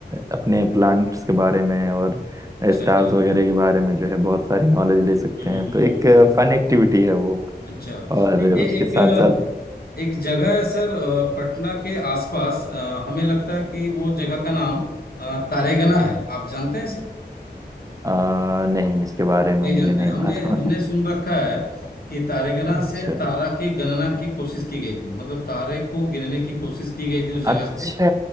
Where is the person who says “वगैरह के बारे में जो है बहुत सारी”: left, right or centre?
Right